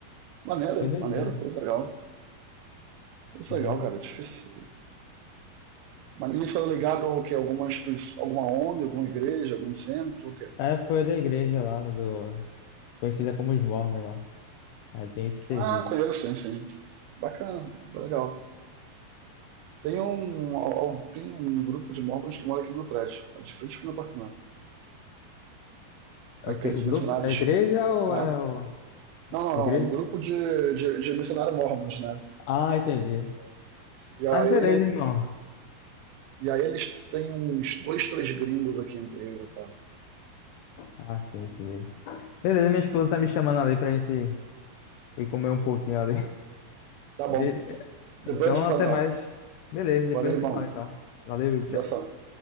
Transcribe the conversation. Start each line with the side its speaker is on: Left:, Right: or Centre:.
Right: maneiro,
Left: Foi doideira.
Right: maneiro, coisa legal. Coisa
Left: né?
Right: legal, cara, difícil. Mas isso é ligado ao quê? Alguma instituição, alguma ONG, alguma igreja, algum centro, o quê?
Left: É. É, foi da igreja lá, do, conhecida como os Mormons lá. Aí tem esse serviço.
Right: Ah, conheço, sim, sim. Bacana, legal. Tem um, al- tem um grupo de móveis que mora aqui no meu prédio, de frente pro meu apartamento. aqueles
Left: É o quê? O grupo?
Right: missionários.
Left: É a igreja ou
Right: Ah,
Left: é o...
Right: não, não,
Left: a
Right: não,
Left: igreja?
Right: um grupo de, de, de missionários mormons, né?
Left: Ah, entendi.
Right: E aí,
Left: Ah, beleza, irmão.
Right: e aí eles têm uns dois, três gringos aqui entre eles, tá?
Left: Ah, sim, sim. Beleza, minha esposa tá me chamando ali pra gente ir comer um pouquinho ali. <laughs>
Right: Tá
Left: Be-
Right: bom. Depois
Left: Então,
Right: a gente se fala
Left: até
Right: então.
Left: mais. Beleza, depois
Right: Valeu,
Left: a
Right: irmão.
Left: gente se fala então. Valeu, tchau.
Right: Abração.